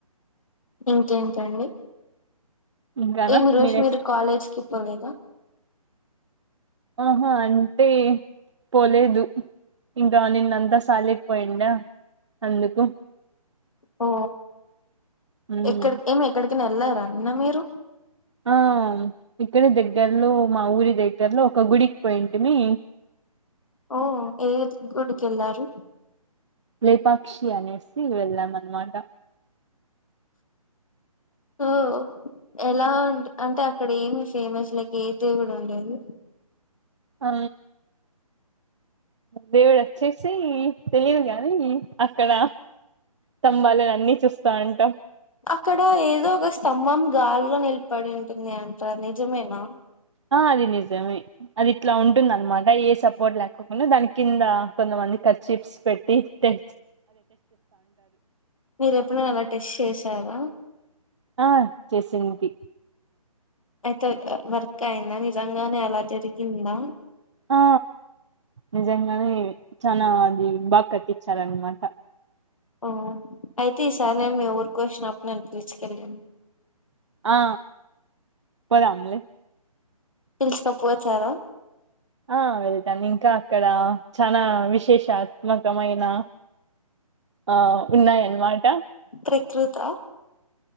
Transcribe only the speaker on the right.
ఇంకానా
మీరే
ఆహా అంటే పోలేదు ఇం నిన్న అంతా సాలయిపోయిడా అందుకు
మ్మ్
ఆ ఇక్కడి దగ్గర్లో మా ఊరి దగ్గర్లో ఒక గుడికి పోయింటి మీ
లేపాక్షి అనేసి వెళ్దాం అనమాట
ఆ దేవుడు వచ్చేసి తెలియదు
గానీ అక్కడ సంంభాలిని అన్నిీ చూస్తా అంటా
ఆ అది నిజమే అది ఇట్లా ఉంటుంద అనమాట ఏ సపోర్ట్ లేక్కకుండా దాని కింద కొంతమంది ఇ చిప్స్ పెట్టి తె
ఆ చేసింది
ఆ నిజంగానే చనా అది బాగా కట్టిచ్చార అనమాట
ఆ పోదాము
ఆ వెళ్తాను ఇంకా అక్కడ చనా విశేషాత్మకమైన ఆ ఉన్నాయన్నమాట